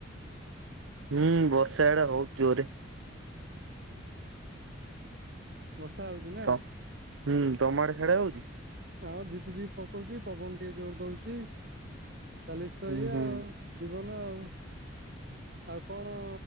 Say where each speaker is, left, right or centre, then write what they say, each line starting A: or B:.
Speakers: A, on the right; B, on the right.
A: ହୁଁ ବର୍ଷା ୟାଡେ ହୋଉଚି ଜୋରେ।
B: ବର୍ଷା ହୋଉଚି ନା।
A: ତ ହୁଁ ତମ ଆଡେ ସିଆଡେ ହଉଛି?
B: ଆଉ ଝିପି ଝିପି ପକୋଉଚି ପବନ ଟିକେ ଜୋରେ ଦୋଉଚି ଚାଲିଚି ତ
A: ହୁଁ
B: ଏଇଆ
A: ହୁଁ
B: ଆଉ ଜୀବନ ଆଉ ଆଉ କଣ